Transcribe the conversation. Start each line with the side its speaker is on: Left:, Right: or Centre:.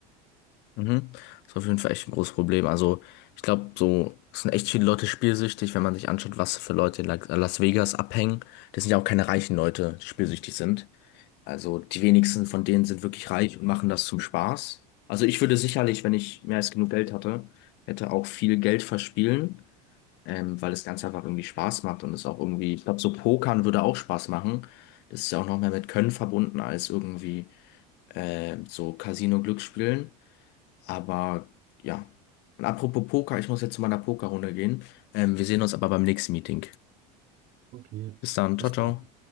Left: Mhm. Ist auf jeden Fall echt ein großes Problem. Also, ich glaube, so es sind echt viele Leute spielsüchtig, wenn man sich anschaut, was für Leute in La- Las Vegas abhängen. Das sind ja auch keine reichen Leute, die spielsüchtig sind. Also, die wenigsten von denen sind wirklich reich und machen das zum Spaß. Also, ich würde sicherlich, wenn ich mehr als genug Geld hatte, hätte auch viel Geld verspielen. ähm, weil das Ganze einfach irgendwie Spaß macht und es auch irgendwie, ich glaube, so Pokern würde auch Spaß machen. Das ist ja auch noch mehr mit Können verbunden als irgendwie äh, so Casino-Glücksspielen. Aber ja. Und apropos Poker, ich muss jetzt zu meiner Pokerrunde gehen. Ähm, wir sehen uns aber beim nächsten Meeting.
Right: Okay,
Left: Bis dann,
Right: bis
Left: ciao, ciao.
Right: dann.